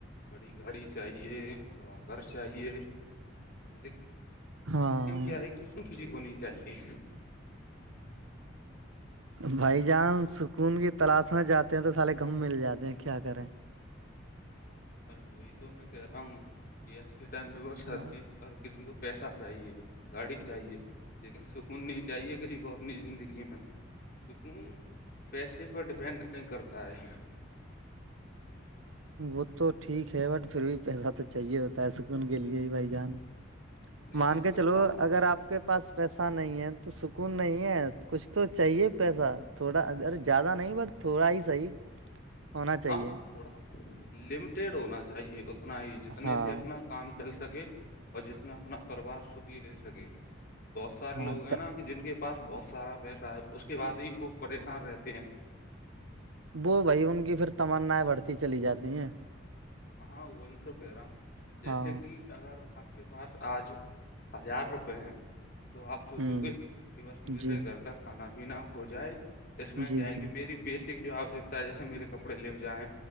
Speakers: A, on the left; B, on the right.
A: بڑی گاڑی چاہیے بڑا گھر چاہیے ل
B: ہاں
A: کیاشن کسی کو نہیں چاہیے
B: بھائی جان سکون کی تلاش میں جاتے ہیں تو سارے گم مل جاتے ہیں کیا کریں
A: ارے وہی تو میں کہہ رہا ہوں کہ آج کے ٹائم پہ بس ہر
B: ہاں
A: چی ہر کسی کو پیسہ چاہیے گاڑی چاہیے لیکن سکون نہیں چاہیے کسی کو اپنی زندگی میں سکون پیسے پر ڈیپینڈ نہیں کرتا ہے
B: وہ تو ٹھیک ہے بٹ پھر بھی پیسہ تو چاہیے ہوتا ہےس کہ ان کے لیے ہی بھائی جان
A: نہیں
B: مان
A: نہیں
B: کے
A: ہوتا
B: چلو اگر آپ آپ کے پاس پیسہ نہیں ہے تو سکون نہیں ہے کچھ تو چاہیے پیسہ تھوڑا ار زیادہ نہیں بٹ تھوڑا ہی صحیح ہونا چاہیے
A: ہاں تھوڑا لمیٹیڈ ہونا چاہیے اتنا ہی جتنے
B: ہاں
A: سے اپنا کام چل سکے اور جس میں اپنا پرریوار سکھی رہ سکے بہت سارے
B: ہاں
A: لوگ
B: اچھا
A: ہیں نا کہ جن کے پاس بہت سارا پیسہ ہے اس کے بعد ہی وہ پریشان رہتے ہیں
B: وہ بھائی ان کی پھر تمنائیں بڑھتی چلی جاتی ہیں
A: ہاں وہی تو کہہ رہا ہوں جیسے
B: ہاں
A: کہ اگر آپ کے پاس آج ہزار روپے ہیں تو آپ سوچو
B: ہوں
A: گے کہ بس میرے
B: جی
A: گھر کا کھانا پینا ہو جائے اس میں
B: جی
A: کیا ہے
B: جی
A: کہ میری بیسک جو آوشکتا ہے جیسے میرے کپڑے لے جائیں